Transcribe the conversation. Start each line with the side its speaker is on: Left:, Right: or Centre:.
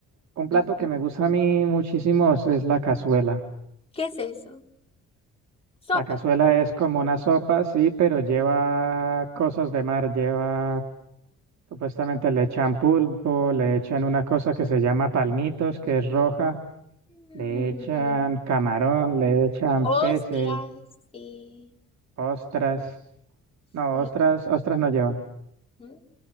Right: Un plato
Left: Ujú.
Right: que me gusta a mí muchísimo es es la cazuela.
Left: ¿Qué es eso? Sopa.
Right: La cazuela es como una sopa, sí, pero lleva cosas de mar, lleva, supuestamente le echan pulpo, le echan una cosa que se llama palmitos, que es roja,
Left: Mm,
Right: le echan camarón, le echan
Left: hostias,
Right: peces,
Left: sí,
Right: ostras, no,
Left: sí.
Right: ostras, ostras no lleva,
Left: ¿no?